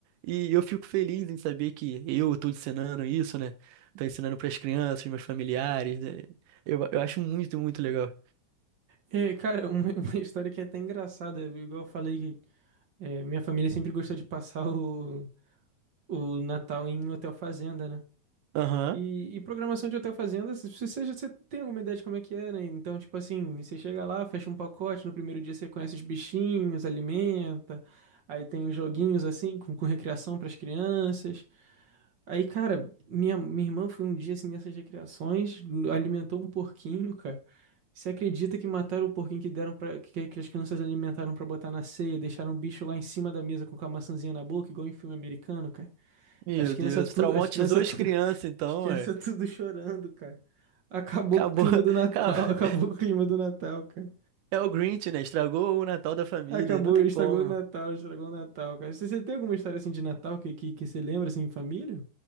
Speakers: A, on the right (about 80°); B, on the right (about 55°).
A: E eu fico feliz em saber que eu tô ensinando isso, né? Tô ensinando pras crianças, meus familiares. né? Eu, eu acho muito, muito legal.
B: É, cara, uma, <laughs> uma história que é até engraçada, igual eu falei que é, minha família sempre gostou de passar o, o Natal em hotel fazenda, né?
A: Aham.
B: E, e programação de hotel fazenda, se se você, já- você tem alguma ideia de como é que é, né? Então, tipo assim, você chega lá, fecha um pacote, no primeiro dia você conhece os bichinhos, alimenta, aí tem uns joguinhos assim, com, com recreação para as crianças. Aí, cara, minha, minha irmã foi um dia assim nessas recreações, alimentou um porquinho, cara. Você acredita que mataram o porquinho que deram para que, que as crianças alimentaram pra botar na ceia, deixaram o bicho lá em cima da mesa com a maçãzinha na boca, igual em filme americano, cara?
A: Meu
B: As crianças
A: Deus,
B: tudo,
A: traumatizou
B: as crianças
A: as
B: tudo,
A: crianças,
B: <laughs>
A: então,
B: as crianças
A: é.
B: tudo chorando, cara. Acabou
A: Acabou,
B: com o clima
A: <laughs>
B: do Natal,
A: acabou.
B: <laughs> acabou com o clima do Natal, cara.
A: É o Grinch, né? Estragou o Natal da família.
B: Acabou,
A: Não tem
B: estragou
A: como.
B: o Natal, estragou o Natal, cara. Você, você tem alguma história assim de Natal que, que, que você lembra assim em família?